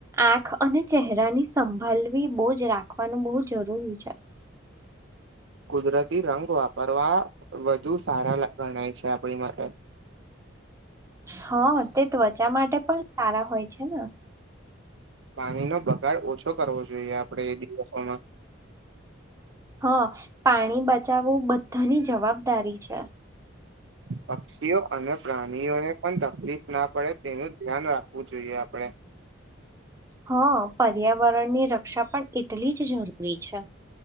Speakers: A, on the right; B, on the right.
A: આંખ અને ચહેરાની સંભાલવી બહુજ રાખવાનુ બહુ જરૂરી છે
B: કુદરતી રંગ વાપરવા વધુ સારા ગણાય છે પડી માટે
A: હા તે ત્વચા માટે પણ સારા હોય છે ને
B: પાણીનો બગાડ ઓછો કરવો જોઈએ આપણેે એ દિવસોમા
A: હા પાણી બચાવુ બધાની જવાબદારી છે
B: પક્ષીઓ અને પ્રાણીઓને પણ તકલીફ ના પડે તેનુ ધ્યાન રાખવુ જોઈએ આપણે
A: હાં પર્યાવરણની રક્ષા પણ એટલી જ જરૂરી છે